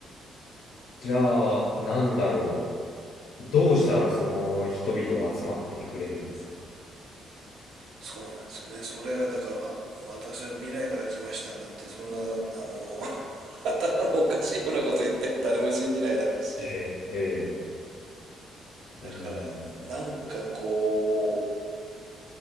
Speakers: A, on the left; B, on the right.
A: じゃあ、なんだろう。どうしたらその人々を集まってくれるんですかね。
B: そうなんですよね。それがだからわ私は未来から来ましたなんてそんなあの <laughs> 頭のおかしいようなこと言っても誰も信じないだろうし。
A: ええ、ええ、
B: だからなんかこ
A: うん、